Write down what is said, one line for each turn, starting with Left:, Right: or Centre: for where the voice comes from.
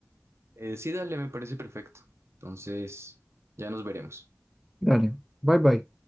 Right: Eh, sí, dale, me parece perfecto. Entonces, ya nos veremos.
Centre: Dale. Bye bye.